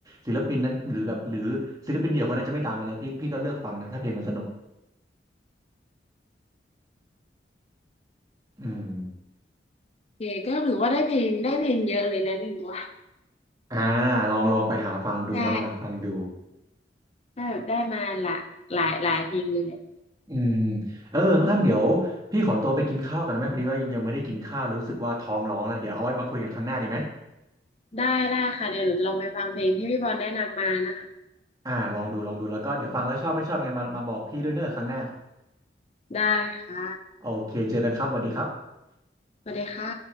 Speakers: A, on the right; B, on the left.
A: ศิลปินนั้นหรือแบบหรือศิลปินเดี่ยวคนนั้นจะไม่ดังอะไรพี่พี่ก็เลือกฟังนะถ้าเพลงมันสนุกอืม
B: โอเคก็ถือว่าได้เพลงได้เพลงเยอะเลยนะนี่หนูว่า
A: อ่าลองลองไปหาฟังดูเนอะลองหาฟังดู
B: ใช่ได้แบบได้มาหลายหลายหลายเพลงเลยแหละ
A: อืมเออน้องอ้ำเดี๋ยวพี่ขอตัวไปกินข้าวก่อนนะแม่พอดีว่ายังยังไม่ได้กินข้าวเลยรู้สึกว่าท้องร้องแล้วเดี๋ยวเอาไว้มาคุยกันครั้งหน้าดีไหม
B: ได้ได้ค่ะเดี๋ยวหนูจะลองไปฟังเพลงที่พี่บอลแนะนำมานะคะ
A: อ่าลองดูลองดูแล้วก็เดี๋ยวฟังแล้วชอบไม่ชอบไงมามาบอกพี่ด้วยเนอะครั้งหน้า
B: ได้ค่ะ
A: โอเคเจอกันครับสวัสดีครับ
B: สวัสดีค่ะ